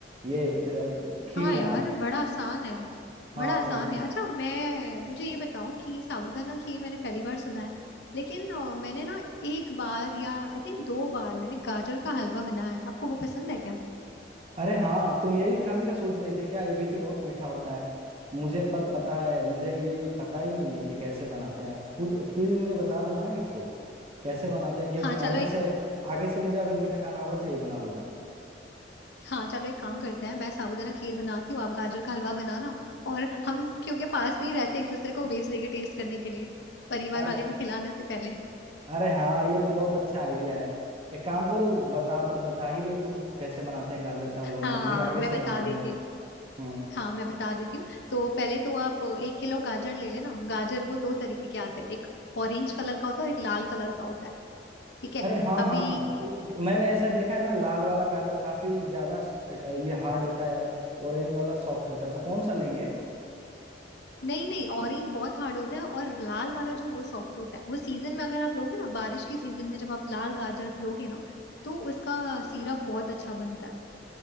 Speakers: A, on the right; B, on the left.
A: ये अ, खीर
B: हाँ
A: बनाना
B: यार बड़ा आसान है
A: हाँ
B: बड़ा आसान
A: तो
B: है अच्छा मैं मुझे ये बताओ कि साबूदाना खीर मैंने पहली बार सुना है लेकिन अ, मैंने ना एक बार या आई थिंक दो बार मैंने गाजर का हलवा बनाया है आपको वो पसंद है क्या
A: अरे हाँ तुम यही खाने का सोच रही थी क्या ये भी तो बहुत मीठा होता है मुझे पर पता है मुझे ये पता ही नहीं है कि कैसे बनाते हैं प्लीज मुझे बता दो ना इसको कैसे बनाते हैं क्योंकि
B: हाँ
A: आगे
B: चलो
A: से आगे से मुझे अगर मीठा खाना होगा तो यही बना लूंगा
B: हाँ चलो एक काम करते हैं मैं साबूदाना खीर बनाती हूँ आप गाजर का हलवा बनाना और हम क्योंकि पास में ही रहते हैं, एक दूसरे को भेज देंगे टेस्ट करने के लिए परिवार
A: अरे
B: वाले को खिलाने से पहले
A: अरे हाँ ये तो बहुत अच्छा आइडिया है एक काम करो बता दो बता ही दो तुम कैसे बनाते हैं गाजर का हलवा
B: हाँ
A: मैं भी आगे
B: मैं
A: से
B: बता
A: बना लूंगा
B: देती हूँ
A: हम्म
B: हाँ मैं बता देती हूँ तो पहले तो आप एक किलो गाजर ले लेना गाजर वो दो तरीके के आते हैं एक ऑरेंज कलर का होता है और एक लाल कलर का होता है ठीक है
A: अरे हाँ
B: अभी
A: हाँ मैंने ऐसा देखा है ना लाल वाला गाजर काफी ज्यादा स- ये हार्ड होता है और ऑरेंज वाला सॉफ्ट होता है तो कौन सा लेंगे
B: नहीं नहीं ऑरेंज बहुत हार्ड होता है और लाल वाला जो वो सॉफ्ट होता है वो सीजन में अगर आप लोगे ना बारिश के सीजन में जब आप लाल गाजर लोगे ना तो उसका सीरप बहुत अच्छा बनता है